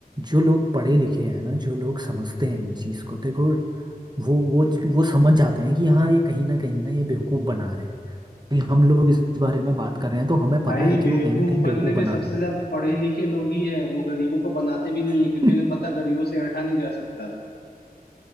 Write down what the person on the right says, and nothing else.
जो लोग पढ़े लिखे हैं ना जो लोग समझते हैं इन चीज को देखो वो वो वो समझ जाते हैं कि हाँ ये कहीं ना कहीं ना ये बेवकूफ बना रहे हैं कि हम लोग इस बारे में बात कर रहे हैं तो हमें पता
है कि
वो कहीं ना कहीं
बेवकूफ
बनाते
हैं